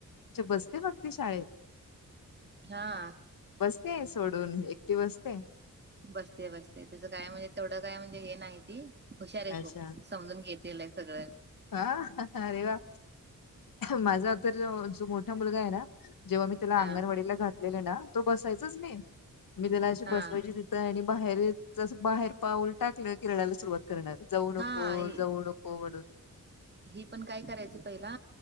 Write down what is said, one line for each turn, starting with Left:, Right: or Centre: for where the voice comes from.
Left: अच्छा बसते का ती शाळेत?
Right: हा
Left: बसते सोडून एकटीव बसते
Right: बसते बसते त्याचं काय म्हणजे तेवढं काय म्हणजे हे नाही ती हुशार आहे
Left: अच्छा
Right: खूप. समजून घेते आहे सगळ्यां.
Left: हा अरे वा माझा तर जो मोठा मुलगा आहे ना जेव्हा मी त्याला
Right: हा
Left: अंगणवाडीला घातलेलं ना तो बसायचाच नाही मी त्याला अशी
Right: हा
Left: बसवायची. आणि बाहेर जस बाहेर पाऊल टाकलं की रडायला सुरुवात कर जाऊ नको
Right: हा ही
Left: जाऊ नको म्हणून.
Right: ही पण काय करायची पहिला